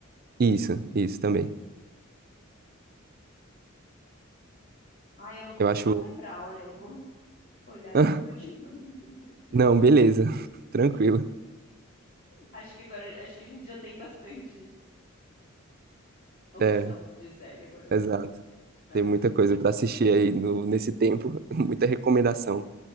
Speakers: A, on the right; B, on the left.
A: Isso, isso também.
B: Ai, eu não consigo
A: Eu acho...
B: lembrar. Olha, eu vou <laughs> olhar,
A: <laughs>
B: depois eu te mando uma <laughs> mensagem.
A: Não, beleza. <laughs> Tranquilo.
B: Acho que agora, acho que a gente já tem bastante opção
A: É,
B: de série agora
A: exato.
B: pra, pra
A: Tem
B: ver.
A: muita coisa
B: <laughs>
A: pra assistir aí no, nesse tempo, <laughs> muita recomendação.